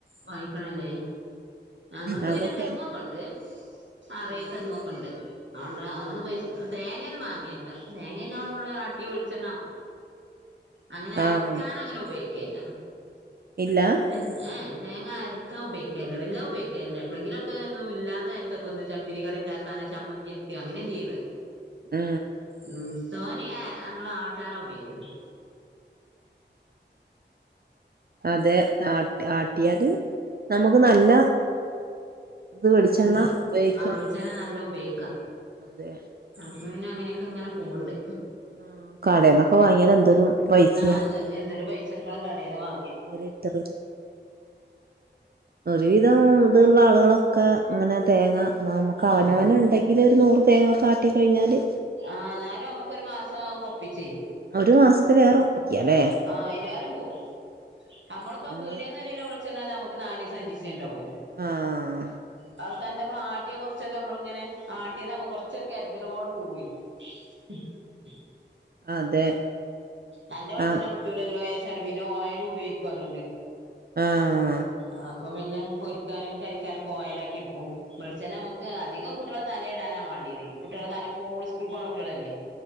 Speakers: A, on the right; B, on the right.
A: വാങ്ങിക്കണല്ലേ ഞങ്ങക്ക്
B: അവിടൊക്കെ
A: പിന്നെ തെങ്ങൊക്കെണ്ട് ആറേഴ്
B: ആഹ്
A: തെങ്ങൊക്കെണ്ട് ആണ്ടെ അവന്ന് പൈസ തേങ്ങേന്നും മാങ്ങേല്ല തേങ്ങക്ക ഞമ്മളിവിടെ ആട്ടി വെളിച്ചെണ്ണാക്കും
B: <inaudible>
A: അങ്ങനെ
B: ആഹ്
A: അരക്കാൻ അങ്ങനെ ഉപയോഗിക്കേല
B: ഇല്ലാ
A: ഏഹ് തേങ്ങ അരക്കാൻ ഉപയോഗിക്കേല വല്ലോം ഉപയോഗിക്കേല എപ്പഴെങ്കിലും ഒക്കെ ഒന്നും ഇല്ലാത്തനേരത്തക്കൊന്ന് ചട്ട്നി കറി ഉണ്ടാക്കാനോ ചമ്മന്തിയരിക്ക അങ്ങനെ എന്ത് ചെയ്യ്ന്ന്
B: ഉം
A: ഉം തോനിം ഏഹ് അങ്ങള് ആട്ടാന ഉപയോഗിക്കല്ല്
B: അതെ ആട്ടി ആട്ടിയാല് നമുക്ക് നല്ല ഇത് വെളിച്ചെണ്ണ
A: ഇദല്ലേ
B: ഉപയോഗിക്കാം
A: ആഹ് വെളിച്ചെണ്ണ നല്ലോം ഉപയോഗിക്ക
B: അതെ
A: അപ്പ പിന്നെ അങ്ങനെക്കെ ഇങ്ങനെ പോക്ണ്ട്
B: ആഹ് കടെന്നൊക്കെ വാങ്ങിയാല് എന്തോരു പൈസയാ
A: ആഹ് എന്ത് എന്തൊരു പൈസകൊടുക്കണം കടേന്ന് വാ
B: ഒരിറ്ററ് ഒരുവിധം ഇതുള്ള ആളുകളൊക്കെ ഇങ്ങനെ തേങ്ങ നമക്ക് അവനാന്
A: ആഹ്
B: ണ്ടെങ്കില് ഒരു നൂറ് തേങ്ങക്ക ആട്ടി കഴിഞ്ഞാല്
A: ആ ന്നാലും അമ്മക്ക് ഒരു മാസോക്കെ ഒപ്പിച്ചേ.
B: ഒരു മാസത്തിലേറെ ഒപ്പിക്കാല്ലേ
A: ആഹ അയ്ലേറേം പോവും അമ്മള്പ്പൊ
B: നമ്മള്
A: പീടേന്ന് ഒര് കിലോ വെളി ചണ്ണാ ഞമക്ക് നാലിസോ അഞ്ചിസെ ണ്ടാവു.
B: ആഹ്
A: ക മ്മള് ആട്ട്യേത് കൊർച്ചൊക്കെ അമ്മള്ങ്ങെനെ ആട്ട്യതാമ്പോ കൊർച്ചൊരു കര്തലോട് പോവെ. <inaudible>
B: അതെ.
A: നല്ല വെളിചെണ്ണ
B: ആഹ്
A: കിട്ടൂലല്ലോ വിചാരിചാണ്ട് പിന്നെ ഓയിലും ഉപയോഗിക്കും അതോണ്ട്.
B: ആഹ് -
A: ആ അപ്പൊ പിന്നെ പൊരിക്കാനും കരിക്കാനൊക്കെ ഓയലാക്കി ഇട്ക്കും. വെളിച്ചണ്ണ മ്മക്ക് അധികം കുട്ടിളെ തലെടാനാ മാണ്ട്യതെ കുട്ടിളെ തല എപ്പോളും സ്കൂൾക്ക്‌ പോണ കുട്ട്യാളല്ലേ.